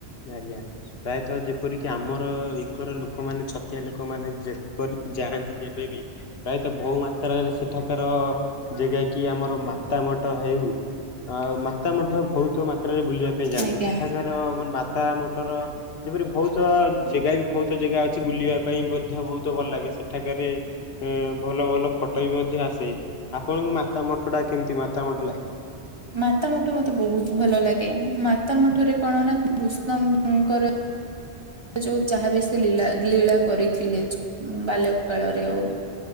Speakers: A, on the left (about 65°); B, on the right (about 30°).
A: ଆଜ୍ଞା ପ୍ରାୟତଃ ଯେପରିକି ଆମର ଇକର ଲୋକମାନେ ଛତିଆ ଲୋକ ମାନେ ଯେ କରି ଯାଆନ୍ତି ଯେବେବି ପ୍ରାୟତଃ ବହୁ ମାତ୍ରାରେ ସେଠାକାର ଜାଗା କି ଆମର ମା ତା ମଟ ହେଉ। ଆ ମାତା ମଠ ବହୁତ ମାତ୍ରାରେ ବୁଲିବା ପାଇଁ ଯାଆନ୍ତି
B: ଆଜ୍ଞା।
A: ସେଠାକାର ମା ତା ମଠର ସେପରି ବହୁତ ଜାଗା ବି ବହୁତ ଜାଗା ଅ ଅଛି ବୁଲିବା ପାଇଁ ମଧ୍ୟ ବହୁତ ଭଲ ଲାଗେ ସେଠାକାରେ ଏ ଭଲ ଭଲ ଫଟୋ ବି ମଧ୍ୟ ଆସେ। ଆପଣଙ୍କୁ ମାତା ମଠଟା କେମିତି ମାତା ମଠ ଲାଗେ?
B: ମାତା ମଠ ମତେ ବହୁତ ଭଲ ଲାଗେ ମାତା ମଠରେ କଣ ନା କୃଷ୍ଣଙ୍କ ଯୋଉ ଯାହା ବି ସେ ଲୀଳା ଲୀଳା କରିଥିଲେ ଉଁ ବାଲ୍ୟ କାଳରେ ହଉ।